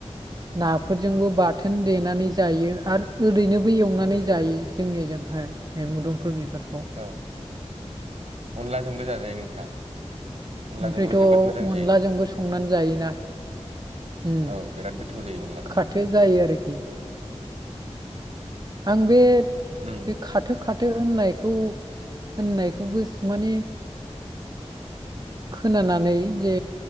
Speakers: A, on the right; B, on the right.
A: उम
B: नाफोरजोंबो बाथोन देनानै जायो आरो ओरैनो बो एवनानै
A: औ
B: जायो जोंनिजोंहाय बे मुदुमफुल बिबारखौ
A: औ अनलाजोंबो जाजायो नोंथां अनलाजोंबो
B: ओमफ्रायथ'
A: जोबोद मोजां जायो
B: अनलाजोंबो संनानै जायोना उम
A: औ बिराद गोथाव जायो अनलाजोंबो
B: खाथो जायो आरोखि आं बे
A: उम
B: बे खा थो खाथो होननायखौ होननायखौबो माने खोनानानै जे